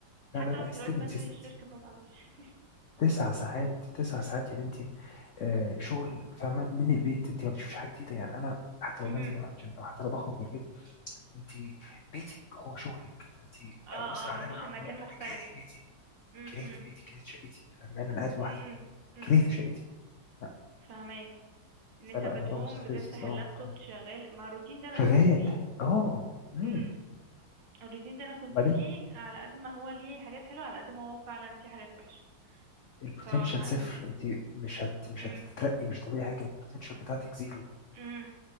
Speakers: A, on the right (about 75°); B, on the left (about 75°).
A: حتى
B: لا لا لا
A: انا
B: استيل
A: دلوقتي بنزل
B: انت س-
A: الشركة ما بعملش <laughs>
B: تسع ساعات تسع ساعات يا بنتي آه شغل فاهمه من البيت انت ما بتشوفيش حاجه جديده يعني انا حتى
A: مهم.
B: لو بنزل بروح الجيم او حتى لو بخرج بالليل انت بيتك هو شغلك فانت
A: اه
B: هوصل
A: اه
B: عليا
A: ما فيش
B: مرحله
A: مكان
B: اللي هو انا
A: مختلف
B: كاره بيتي
A: امم
B: كرهت بيتي كرهت شقتي فاهمه انا قاعد لوحدي
A: امم امم
B: كرهت شقتي لا
A: فهماك ان
B: فلا
A: انت بتقوم
B: الموضوع مستفز
A: بتفتح اللابتوب
B: اه آه.
A: شغال ما الروتين ده انا
B: شغال
A: كنت فيه
B: اه امم
A: امم الروتين ده انا كنت
B: وبعدين
A: فيه على قد ما هو ليه حاجات حلوة على قد ما هو فعلا فيه حاجات وحشة
B: البوتنشال
A: بصراحة
B: صفر
A: يعني
B: انت مش هت مش
A: امم
B: هتترقي مش هتعملي حاجه البوتنشال بتاعتك زيرو
A: امم